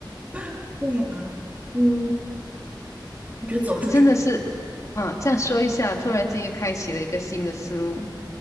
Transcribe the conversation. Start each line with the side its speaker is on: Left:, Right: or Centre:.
Right: <laughs> 对呀，嗯，我觉得走出去。
Left: 真的是啊，这样说一下，突然间又开启了一个新的思路。